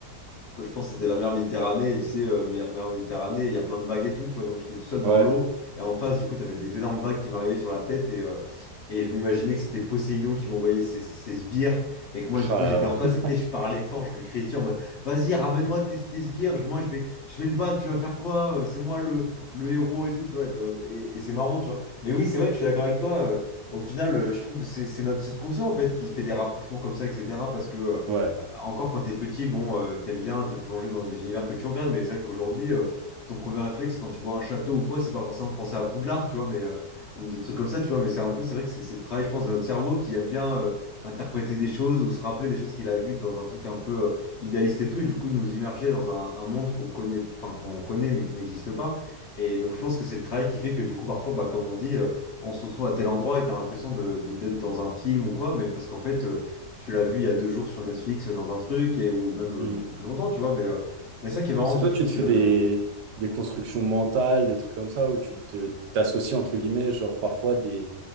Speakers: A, on the left; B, on the right.
A: je pense que c'était la mer Méditerranée, et tu sais, euh, mer, mer Méditerranée, il y a plein de vagues et tout, tu vois, donc j'étais tout seul
B: Ouais.
A: dans l'eau, et en face, du coup, t'avais des énormes vagues qui m'arrivaient sur la tête, et, euh, et je m'imaginais que c'était Poséidon qui m'envoyait ses, ses ses sbires, et que moi, du
B: Ah
A: coup,
B: là,
A: j'étais en face,
B: ouais.
A: et tu sais, je parlais fort, je lui criais dessus en mode, vas-y, ramène-moi tes, tes sbires, je- moi, je vais, je vais le battre, tu vas faire quoi? euh, C'est moi le, le héros et tout, tu vois, et, dans- et- et c'est marrant, tu vois. Mais oui, c'est vrai que je suis d'accord avec toi, euh, au final, euh, je trouve que c'est c'est notre subconscient, en fait, qui fait des rapprochements comme ça, etc., parce que. euh,
B: <laughs> Ouais.
A: encore quand t'es petit, bon, euh, t'aimes bien te plonger dans les univers que tu regardes, mais c'est vrai qu'aujourd'hui, euh, ton premier réflexe quand tu vois un château ou quoi, c'est pas forcément de penser à Poudlard, tu vois, mais euh, ou des trucs comme ça, tu vois, mais c'est un peu, c'est vrai que c'est c'est le travail, je pense, de notre cerveau qui aime bien euh, interpréter des choses ou se rappeler des choses qu'il a vues dans un truc un peu euh, idéaliste et tout, et du coup nous immerger dans un, un monde qu'on connaît, enfin qu'on connaît mais qui n'existe pas. Et donc je pense que c'est le travail qui fait que du coup parfois, bah, comme on dit, euh, on se retrouve à tel endroit et t'as l'impression de, de- d'être dans un film ou quoi, mais parce qu'en fait euh, tu l'as vu il y a deux jours sur Netflix euh, dans un truc, et, ou même euh,
B: Mm.
A: beaucoup plus longtemps, tu vois. Mais, euh, mais ça qui est marrant,
B: C'est
A: tu
B: toi,
A: vois, je
B: tu
A: pense
B: te fais
A: que.
B: des, des constructions mentales, des trucs comme ça, où tu te, t'associes, entre guillemets, genre parfois des,